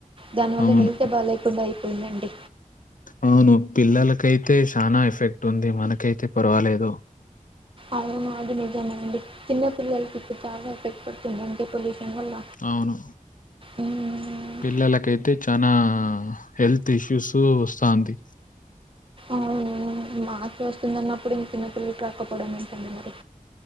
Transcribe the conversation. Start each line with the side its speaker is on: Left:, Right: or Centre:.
Right: దానివల్ల
Left: అవును.
Right: హెళ్తే బాగా లేకుండా అయిపోయిందండి
Left: అవును పిల్లలకైతే చాలా ఎఫెక్ట్ ఉంది. మనకైతే పర్వాలేదు
Right: అవును అది నిజమండి చిన్న పిల్లలకి ఇప్పుడు చాలా ఎఫెక్ట్ పడుతుంది అండి పొల్యూషన్ వల్ల
Left: అవును
Right: ఉమ్,
Left: పిల్లలకైతే చానా హెల్త్ ఇష్యూస్ వస్తాంది
Right: అవునవును మాకే వస్తున్నప్పుడు ఇంక చిన్న పిల్లల్కి రాకపోవడం ఏంటండి మరి